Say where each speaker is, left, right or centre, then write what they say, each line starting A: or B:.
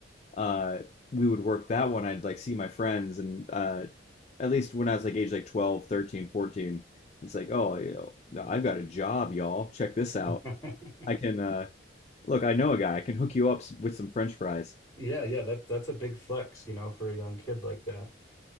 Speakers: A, on the left; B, on the left.
A: uh, we would work that one. I'd like see my friends, and uh, at least when I was like age like twelve, thirteen, fourteen, 13, it's like, oh, you know, no, I've got a job, y'all. Check this out.
B: <laughs>
A: I can uh, look. I know a guy. I can hook you up s- with some French fries.
B: Yeah, yeah. That that's a big flex, you know, for a young kid like that.